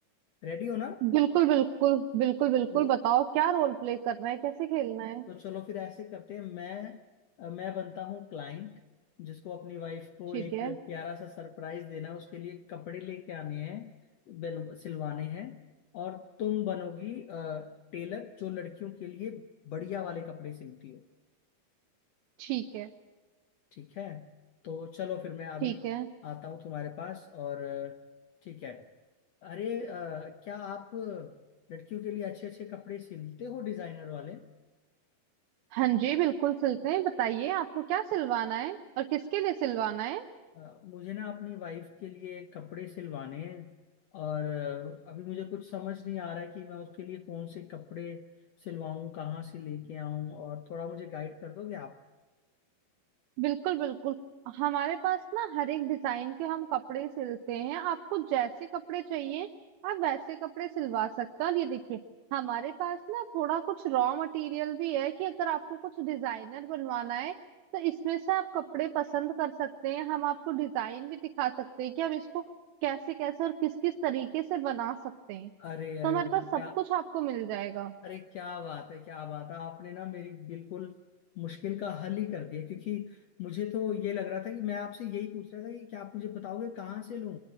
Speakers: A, on the left; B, on the right.
A: रेडी हो ना
B: बिल्कुल बिल्कुल बिल्कुल बिल्कुल
A: तो
B: बताओ क्या रोल प्ले करना है कैसे खेलना है
A: तो चलो फिर ऐसे करते हैं मैं मैं बनता हूँ क्लाइंट जिसको अपनी वाइफ को
B: ठीक
A: एक
B: है
A: प्यारा सा सरप्राइज देना है, उसके लिए कपड़े लेके आने हैं बन- सिलवाने हैं और तुम बनोगी टेलर जो लड़कियों के लिए बढ़िया वाले कपड़े सिलती हो
B: ठीक है
A: ठीक है तो चलो फिर मैं अभी
B: ठीक है
A: आता हूँ तुम्हारे पास और अ, ठीक है अरे अ, क्या आप लड़कियों के लिए अच्छे अच्छे कपड़े सिलते हो डिजाइनर वाले
B: हाँ जी बिल्कुल सिलते हैं बताइए आपको क्या सिलवाना है और किसके लिए सिलवाना है
A: अ, मुझे ना अपनी वाइफ के लिए कपड़े सिलवाने हैं और अ, अभी मुझे कुछ समझ नहीं आ रहा है कि मैं उसके लिए कौन से कपड़े सिलवाऊं कहाँ से लेके आऊं और थोड़ा मुझे गाइड कर दोगे आप
B: बिल्कुल बिल्कुल हमारे पास ना हर एक डिजाइन के हम कपड़े सिलते हैं आपको जैसे कपड़े चाहिए आप वैसे कपड़े सिलवा सकते हैं और ये देखिए हमारे पास ना थोड़ा कुछ रॉ मटेरियल भी है कि अगर आपको कुछ डिजाइनर बनवाना है तो इसमें से आप कपड़े पसंद कर सकते हैं हम आपको डिजाइन भी दिखा सकते हैं कि हम इसको कैसे कैसे और किस किस तरीके से बना सकते हैं तो
A: अरे अरे
B: हमारे
A: अरे
B: पास
A: क्या
B: सब कुछ आपको मिल जाएगा
A: अरे क्या बात है क्या बात है आपने ना मेरी बिल्कुल मुश्किल का हल ही कर दिया क्योंकि मुझे तो ये लग रहा था कि मैं आपसे यही पूछ रहा था कि क्या आप मुझे बताओगे कहाँ से लूं